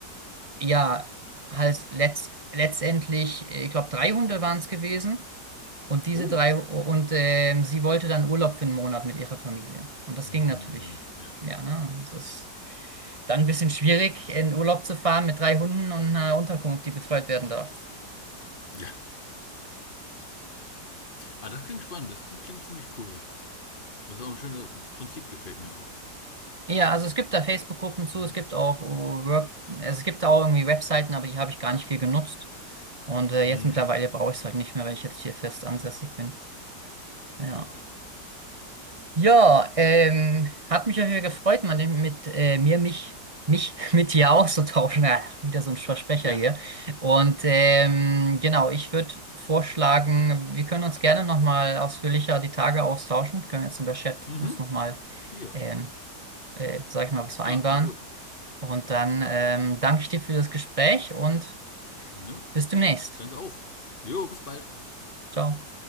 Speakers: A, on the right (about 20°); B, on the left (about 30°).
A: ja, halt letzt, letztendlich, äh, ich glaube, drei Hunde waren es gewesen. Und diese
B: Oh.
A: drei, und ähm, sie wollte dann Urlaub für einen Monat mit ihrer Familie. Und das
B: Mm,
A: ging natürlich,
B: ja.
A: ja, ne? Das ist. Dann ein bisschen schwierig, in Urlaub zu fahren mit drei Hunden und einer Unterkunft, die betreut werden darf.
B: Ja. Ah, das klingt spannend, das klingt ziemlich cool. Das ist auch ein schönes Prinzip, gefällt mir auch.
A: Ja, also es gibt da Facebook-Gruppen zu,
B: Hm?
A: es gibt auch äh, Work, also es gibt da auch irgendwie Webseiten, aber die habe ich gar nicht viel genutzt. Und äh, jetzt
B: Mhm.
A: mittlerweile brauche ich es halt nicht mehr, weil ich jetzt hier fest ansässig bin. Ja.
B: Ja.
A: Ja, ähm, hat mich ja hier gefreut, mal mit äh, mir, mich, mich <laughs> mit dir auszutauschen. Ja, wieder so ein Versprecher
B: Ja.
A: hier. Und ähm, genau, ich würde vorschlagen, wir können uns gerne nochmal ausführlicher die Tage austauschen. Können jetzt über Chat
B: Mhm.
A: uns nochmal,
B: Ja.
A: ähm, äh, sag ich mal, was vereinbaren.
B: Klar, klingt gut.
A: Und dann ähm, danke ich dir für das Gespräch und
B: Ne?
A: bis demnächst.
B: Danke auch. Jo, bis bald.
A: Ciao.